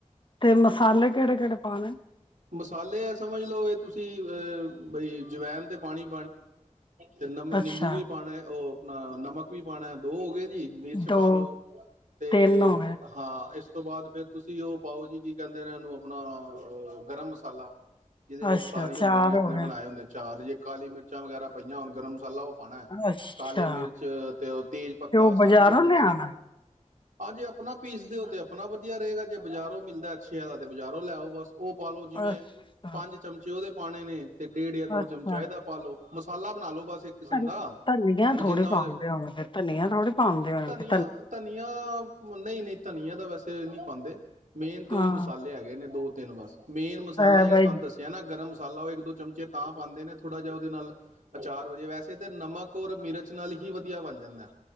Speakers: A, on the left (about 40°); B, on the right (about 80°).
A: ਤੇ ਮਸਾਲੇ ਕਿਹੜੇ ਕਿਹੜੇ ਪਾਣੇ
B: ਮਸਾਲੇ ਆ ਸਮਝ ਲਓ ਇਹ ਤੁਸੀਂ ਅਹ ਬਈ ਜਵੈਨ ਤੇ ਪਾਉਣੀ ਤੇ ਨਮ ਨਿੰਬੂ
A: ਅੱਛਾ
B: ਵੀ ਪਾਉਣਾ ਉਹ ਨਾ ਨਮਕ ਵੀ ਪਾਉਣਾ ਦੋ ਹੋ ਗਏ ਮਿਰਚ
A: ਦੋ
B: ਪਾਾਲੋ ਤੇ
A: ਤਿੰਨ ਹੋ ਗਏ
B: ਹਾਂ ਇਸ ਉਸ ਤੋਂ ਬਾਅਦ ਫੇਿਰ ਤੁਸੀਂ ਉਹ ਪਾਓ ਜੀ ਕੀ ਕਹਿੰਦੇ ਨੇ ਉਹਨੂੰ ਆਪਣਾ ਅ ਗਰਮ ਮਸਾਲਾ ਜਿਹਦੇ ਵਿੱਚ
A: ਅੱਛਾ
B: ਸਾਰੇ ਹੁੰਦੇ
A: ਚਾਰ
B: ਨੇ ਆਪਣੇ
A: ਹੋ ਗਏ
B: ਬਣਾਏ ਹੁੰਦੇ ਨੇ ਚਾਰ ਜ ਕਾਲੀ ਮਿਰਚਾਂ ਵਗੈਰਾ ਪਈਆਂ ਹੋਣ ਗਰਮ ਮਸਾਲਾ ਉਹ ਪਾਉਣਾ
A: ਅੱਛਾ
B: ਕਾਲੀ ਮਿਰਚ ਤੇ ਉਹ ਤੇਜ਼ ਪੱਤਾ
A: ਤੇ ਉਹ
B: ਸਾਰਾ
A: ਬਾਜ਼ਾਰੋਂ
B: ਕੁਛ ਹੁੰਦਾ
A: ਲਿਆਣਾ
B: ਨਾ ਹਾਂ ਜੇ ਆਪਣਾ ਪੀਸ ਦਿਓ ਤੇ ਆਪਣਾ ਵਧੀਆ ਰਹੇਗਾ ਜੇ ਬਾਜ਼ਾਰੋਂ ਮਿਲਦਾ ਅੱਛੇ ਵਾਲਾ ਤੇ ਬਾਜ਼ਾਰੋਂ ਲੈਓ ਬਸ ਉਹ ਪਾ ਲੋ ਜਿਵੇਂ
A: ਅੱਛਾ
B: ਪੰਜ ਚਮਚੇ ਉਹਦੇ ਪਾਉਣੇ ਨੇ ਅਤੇ ਡੇਢ ਜਾਂ ਦੋ
A: ਅੱਛਾ
B: ਚਮਚਾ ਇਹਦਾ ਪਾ ਲਉ ਮਸਾਲਾ ਬਣਾ ਲ ਲੋ ਬਸ ਕਿਸਮ
A: ਧਨ-
B: ਦਾ
A: ਧਨੀਆ
B: ਵੀ
A: ਥੋੜ੍ਹੀ
B: ਜਿੰਨਾ
A: ਪਾਉਂਦੇ
B: ਉਹ
A: ਹੋਣਗੇ ਧਨੀਆ ਥੋੜ੍ਹੀ ਪਾਉਂਦੇ ਹੋਣਗੇ
B: ਧਨੀਆ ਧਨੀਆ ਨਹੀਂ ਨਹੀਂ ਧਨੀਆ ਦਾ ਵੈਸੇ ਨ ਪਾਉਂਦੇ ਮੇਨ ਤੇ
A: ਹਾਂ
B: ਉਹੀ ਮਸਾਲੇ ਹੈਗੇ ਨੇ ਦੋ ਤਿੰਨ ਵਸ ਮੇਨ ਮਸਾਲਾ
A: ਹੈ
B: ਜਿਹੜਾ
A: ਬਾਈ
B: ਦੱਸਿਆ ਨਾ ਤੁਹਾਨੂੰ ਗਰਮ ਮਸਾਲਾ ਮਸਾਲਾ ਉਹ ਇੱਕ ਦੋ ਚਮਚੇ ਤਾਂ ਪਾਉਂਦੇ ਨੇ ਥੋੜ੍ਹਾ ਜਿਹਾ ਉਹਦੇ ਨਾਲ ਅਚਾਰ ਵਜੇ ਵੈਸੇ ਤਾਂ ਨਮਕ ਔਰ ਮਿਰਚ ਨਾਲ ਹੀ ਵਧੀਆ ਬਣ ਜਾਂਦਾ